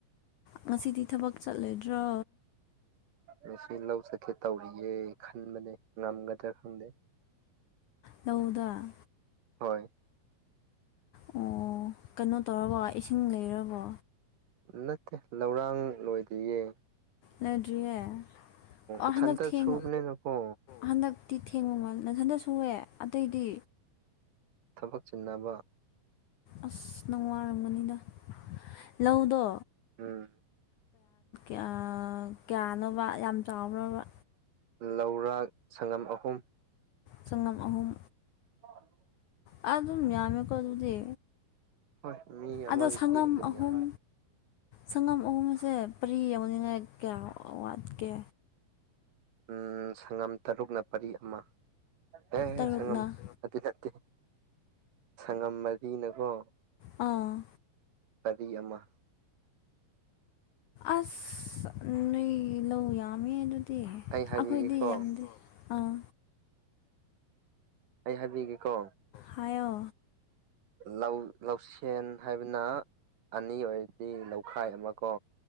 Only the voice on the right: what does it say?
ꯉ ꯂꯧ ꯆꯠꯀꯦ ꯇꯧꯔꯤꯌꯦꯦ ꯈꯟꯕꯅꯦ ꯉꯝꯒꯗ꯭ꯔꯥ ꯈꯪꯗꯦ
ꯍꯣꯏ
ꯅꯠꯇꯦ ꯂꯧꯔꯥꯡ ꯂꯣꯏꯗꯤꯌꯦ
ꯏꯊꯟꯇ
ꯁꯨꯕꯅꯤꯅꯀꯣ
ꯊꯕꯛ ꯆꯤꯟꯅꯕ
ꯎꯝ
ꯂꯧꯔꯥꯛ ꯁꯪꯉꯝ ꯑꯍꯨꯝ
ꯍꯂꯣ
ꯍꯣꯏ ꯃꯤ ꯑꯃꯒꯤꯗꯤ
ꯑꯗꯨꯝ
ꯌꯥꯝꯃꯦ
ꯎꯝ ꯁꯪꯉꯝ ꯇꯔꯨꯛꯅ ꯄꯔꯤ ꯑꯃ ꯑꯦ
ꯁꯪꯉꯝ ꯑꯗꯨ ꯅꯠꯇꯦ ꯁꯪꯉꯝ ꯃꯔꯤꯅꯀꯣ
ꯄꯔꯤ ꯑꯃ
ꯑꯩ ꯍꯥꯏꯕꯤꯒꯦꯀꯣ
ꯑꯩ ꯍꯥꯏꯕꯤꯒꯦꯀꯣ
ꯂꯧ ꯂꯧꯁꯦꯟ ꯍꯥꯏꯕꯅ ꯑꯅꯤ ꯑꯣꯏꯔꯗꯤ ꯂꯧꯈꯥꯏ ꯑꯃ ꯀꯣ